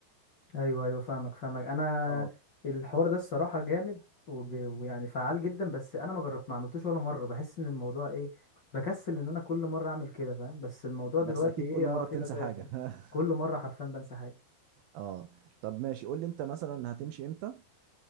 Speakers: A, on the left; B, on the right.
A: ايوه ايوه فاهمك فاهمك انا
B: اه
A: الحوار ده الصراحه جامد وب... ويعني فعال جدا بس انا ما جربت ما عملتوش ولا مره بحس ان الموضوع ايه بكسل ان انا كل مره اعمل كده فاهم بس الموضوع
B: بس
A: دلوقتي
B: اكيد
A: ايه
B: كل مره
A: اه في
B: بتنسى
A: مسافه
B: حاجه <laughs>
A: كل مره حرفيا بنسى حاجه
B: اه طب ماشي قول لي انت مثلا هتمشي امتى